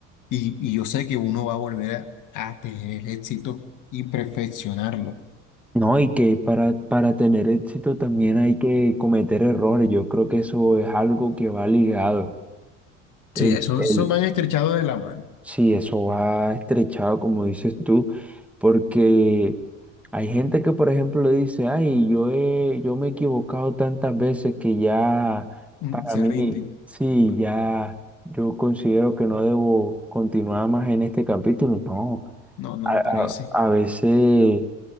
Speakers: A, on the left (about 55°); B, in the centre.
A: Y, y yo sé que uno va a volver a, a tener el éxito y perfeccionarlo.
B: No, y que para, para tener éxito también hay que cometer errores. Yo creo que eso es algo que va ligado.
A: Sí,
B: El,
A: eso,
B: el-
A: eso van estrechados de la mano.
B: Sí, eso va estrechado, como dices tú, porque hay gente que, por ejemplo, dice, ay, yo he, yo me he equivocado tantas veces que ya
A: Mm,
B: para
A: Se
B: mí,
A: rinden.
B: sí, ya yo considero que no debo continuar más en este capítulo. No,
A: No, no
B: a,
A: me
B: a-
A: parece.
B: a veces,